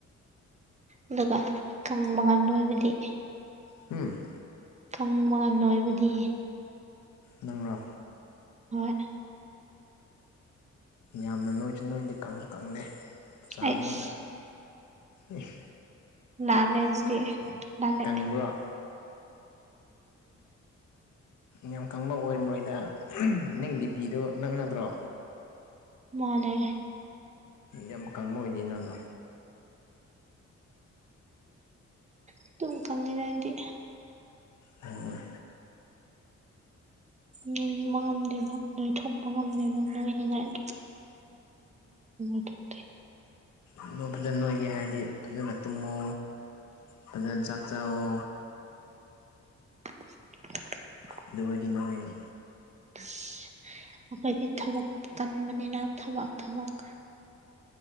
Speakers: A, on the right (about 25°); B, on the left (about 80°).
A: ꯑꯗꯨꯒ ꯀꯪꯕꯒ ꯅꯣꯏꯕꯗꯤ
B: ꯍꯨꯝ
A: ꯀꯪꯕꯒ ꯅꯣꯏꯕꯗꯤ
B: ꯅꯪꯔꯣ
A: ꯍꯣꯏ
B: ꯌꯥꯝꯅ ꯅꯣꯏꯁꯨ ꯅꯣꯏꯗꯦ ꯀꯪꯁꯨ ꯀꯪꯗꯦ ꯆꯥꯡ
A: ꯑꯩꯁ
B: ꯑꯃꯗ ꯏ <inaudible>
A: ꯂꯅꯥꯂꯦ ꯑꯗꯨꯗꯤ ꯅꯥꯜꯂꯦ
B: ꯀꯪꯕ꯭ꯔꯣ ꯌꯥꯝ ꯀꯪꯕ ꯑꯣꯏꯔꯝꯃꯣꯏꯗ ꯅꯪ ꯕꯤꯄꯤꯗꯨꯣ ꯅꯪ ꯅꯠꯗ꯭ꯔꯣ
A: ꯃꯥꯅꯦ
B: ꯌꯥꯝ ꯀꯪꯕ ꯑꯣꯏꯗꯦ ꯅꯪꯗꯣ
A: ꯑꯗꯨꯝ ꯀꯪꯉꯤꯗ ꯑꯩꯗꯤ
B: ꯑꯥ
A: ꯅꯣꯏꯕ ꯉꯝꯗꯦꯕ ꯅꯣꯏ ꯊꯣꯛ ꯉꯝꯗꯦꯕ ꯅꯣꯅꯤꯡꯉꯥꯏ <unintelligible>
B: ꯑꯗꯨ ꯐꯖꯅ ꯅꯣꯏꯒꯦ ꯍꯥꯏꯔꯗꯤ ꯐꯖꯅ ꯇꯨꯝꯃꯣ ꯐꯖꯅ ꯆꯥꯛ ꯆꯥꯋꯣ
A: <unintelligible>
B: ꯑꯗꯨ ꯑꯣꯏꯔꯗꯤ ꯅꯣꯡꯅꯤ
A: ꯑꯁ ꯑꯩꯈꯣꯏꯗꯤ ꯊꯕꯛ ꯀꯟꯕꯅꯤꯅ ꯊꯕꯛ ꯊꯕꯛ